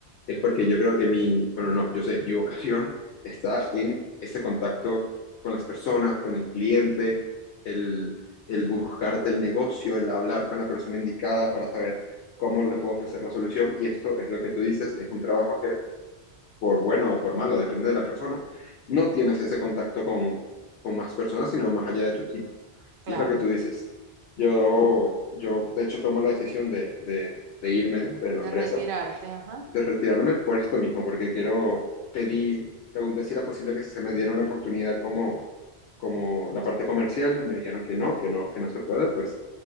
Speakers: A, on the left; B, on the right.
A: es porque yo creo que mi, bueno, no, yo sé, mi vocación está en ese contacto con las personas, con el cliente, el, el buscarte el negocio, el hablar con la persona indicada para saber cómo le puedo ofrecer la solución. Y esto es lo que tú dices, es un trabajo que por bueno o por malo, depende de la persona, no tienes ese contacto con, con más personas, sino más allá de tu equipo.
B: claro.
A: Y es lo que tú dices. Yo, yo de hecho, tomo la decisión de, de, de irme de la
B: De
A: empresa,
B: retirarte, ajá.
A: de retirarme por esto mismo, porque quiero, pedí, pregunté si era posible que se me diera una oportunidad como, como la parte comercial, me dijeron que no, que no, que no se puede, pues,